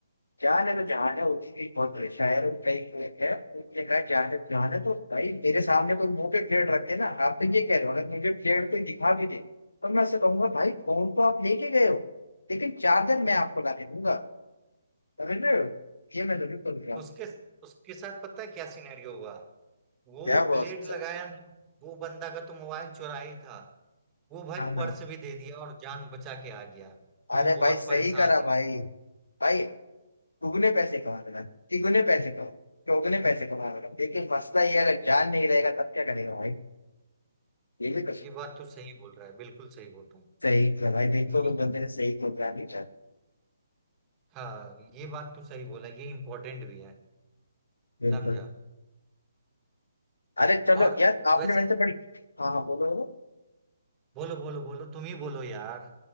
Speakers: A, on the left (about 80°); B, on the right (about 20°).
A: जान है तो जहान है उसी की बहुत बड़े शायर और कई लेख है उनने कहा जान है तो जहान है तो भाई मेरे सामने कोई मुंह पे प्लेट रखे ना आप तो ये कह रहे हो अगर मुझे प्लेट कोई दिखा भी दे तो मैं ऐसे कहूंगा भाई फोन तो आप लेके गए हो लेकिन चार्जर मैं आपको ला के दूंगा समझ रहे हो ये मैं जरूर कर रहा हूँ
B: उसके उसके साथ पता है क्या सिनेरियो हुआ वो
A: क्या हुआ
B: ब्लेड
A: उसके
B: लगाया
A: साथ?
B: ना, वो बंदा का तो मोबाइल चुरा ही था वो भाई
A: हाँ हाँ
B: पर्स भी दे दिया और जान बचा के आ गया वो
A: अरे
B: बहुत
A: भाई सही
B: परेशान
A: करा
B: है
A: भाई भाई दुगने पैसे कमा देना तिगुने पैसे कमा चौगुने पैसे कमा देना लेकिन मसला ये है, अगर जान नहीं रहेगा तब क्या करेगा भाई ये भी कुछ
B: ये बात तो सही बोल रहा है बिल्कुल सही बोल रहा
A: सही किया भाई बिल्कुल
B: है ये
A: तुम बंदे ने सही प्रोग्राम नहीं चाहती
B: हाँ ये बात तो सही बोला ये इम्पोर्टेंट भी है
A: बिल्कुल
B: समझा
A: अरे चलो
B: और
A: यार आपने
B: वैसे
A: वैसे बड़ी हाँ हाँ बोलो बोलो
B: बोलो बोलो बोलो तुम ही बोलो यार